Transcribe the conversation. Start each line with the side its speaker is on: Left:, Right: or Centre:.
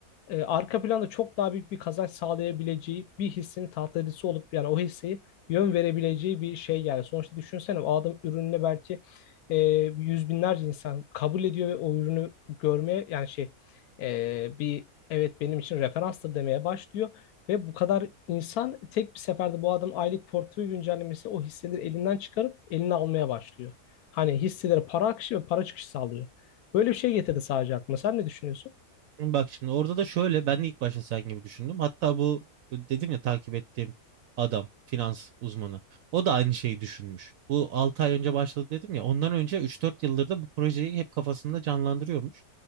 Left: e, arka planda çok daha büyük bir kazanç sağlayabileceği bir hissenin tahtacısı olup yani o hisseyi yön verebileceği bir şey yani. Sonuçta düşünsene o adam ürününe belki e, yüz binlerce insan kabul ediyor ve o ürünü görmeye yani şey e, bir evet benim için referanstır demeye başlıyor. Ve bu kadar insan tek bir seferde bu adamın aylık portföy güncellemesi o hisseleri elinden çıkarıp eline almaya başlıyor. Hani hisselere para akışı ve para çıkışı sağlıyor. Böyle bir şey getirdi sadece aklıma. Sen ne düşünüyorsun?
Right: Bak şimdi orada da şöyle ben de ilk başta sen gibi düşündüm. Hatta bu dedim ya takip ettiğim adam finans uzmanı. O da aynı şeyi düşünmüş. Bu 6 ay önce başladı dedim ya. Ondan önce üç dört yıldır da bu projeyi hep kafasında canlandırıyormuş.